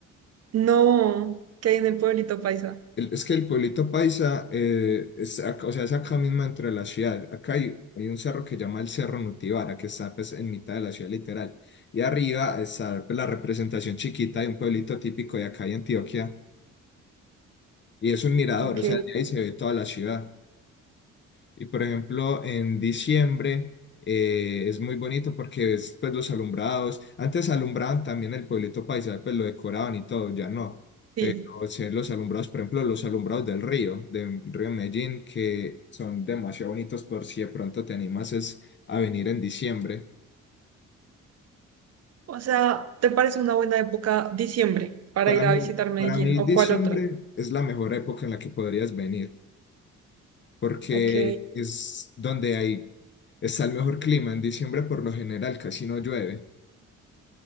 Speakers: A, on the right; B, on the left.
A: No, que hay en el pueblito paisa.
B: El- es que el pueblito paisa, eh, es, ac- o sea, es acá mismo entre la ciudad. Acá hay, hay un cerro que se llama el Cerro Nutibara, que está pues, en mitad de la ciudad literal. Y arriba está pues, la representación chiquita de un pueblito típico de acá de Antioquia. Y es un mirador,
A: Ok,
B: o sea, de ahí se ve toda la ciudad. Y por ejemplo, en diciembre eh, es muy bonito porque ves pues, los alumbrados. Antes alumbraban también el pueblito paisa, pues lo decoraban y todo, ya no.
A: sí.
B: Pero se ven los alumbrados, por ejemplo, los alumbrados del río, del río Medellín, que son demasiado bonitos por si de pronto te animas es a venir en diciembre.
A: O sea, ¿te parece una buena época diciembre para
B: Para
A: ir
B: mí,
A: a visitar Medellín
B: para mí
A: o
B: diciembre
A: cuál otra?
B: es la mejor época en la que podrías venir, porque
A: Ok.
B: es donde hay, está el mejor clima. En diciembre por lo general casi no llueve.